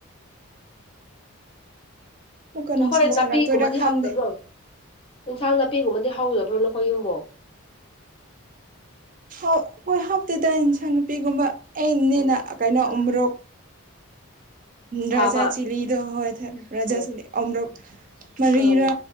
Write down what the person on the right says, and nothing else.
ꯑꯃꯨꯛꯀ ꯅꯨꯡꯁꯥ
ꯁꯥꯔꯛꯇꯣꯏꯔꯥ ꯈꯪꯗꯦ
ꯑꯩꯈꯣꯏ ꯍꯥꯞꯇꯗ ꯏꯟꯁꯥꯡ ꯅꯨꯄꯤꯒꯨꯝꯕ ꯑꯅꯦꯅ
ꯀꯩꯅꯣ ꯎ꯭ꯔꯣ ꯔꯖꯥ
ꯆꯤꯂꯤꯗ ꯍꯣꯏ ꯊꯔ ꯔꯖꯥ
ꯆꯤꯂꯤ ꯑꯝꯔ ꯃꯔꯤꯔꯥ